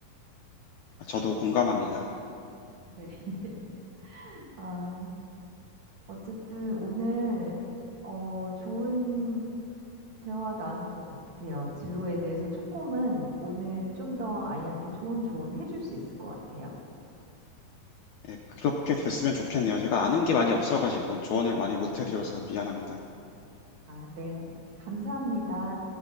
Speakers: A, on the left; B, on the right.
A: 아, 저도 공감합니다.
B: 네. <laughs> 아, 어쨌든 오늘 어, 좋은 대화 나눈 것 같아요. 진로에 대해서 조금은 오늘 좀 더 아이한테 좋은 조언 해줄 수 있을 것 같아요.
A: 예, 그렇게 됐으면 좋겠네요. 제가 아는 게 많이 없어가지고 조언을 많이 못 해드려서 미안합니다.
B: 아, 네. 감사합니다.